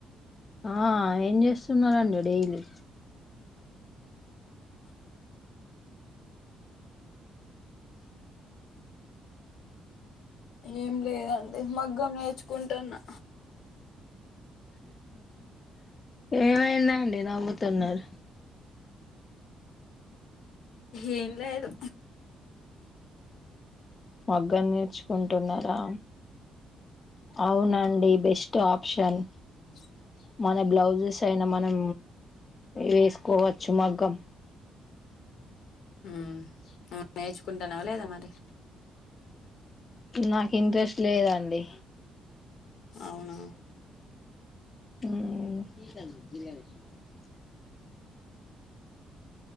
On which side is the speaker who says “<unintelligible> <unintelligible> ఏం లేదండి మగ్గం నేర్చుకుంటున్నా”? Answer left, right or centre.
Left